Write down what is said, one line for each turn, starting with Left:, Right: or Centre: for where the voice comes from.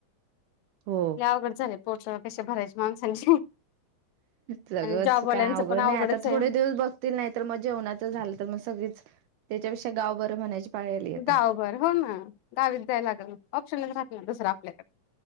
Right: हो
Left: या अवगड झाले पोच कशे भरायचे माणसांचे.
Right: सगंळ
Left: आणि जॉबवाल्यांचं
Right: च काय अवघड
Left: पण अवघडच
Right: नाही आता थोडे
Left: आहे.
Right: दिवस बघ नाही तर मग जेवणाच झालं तर मग सगळीच त्याच्यापेक्षा गाव बरं म्हणायची. पाळी आली आता
Left: गावभर हो ना गावीत जायला लागन ऑप्शनच राहत नाही दुसरां आपल्या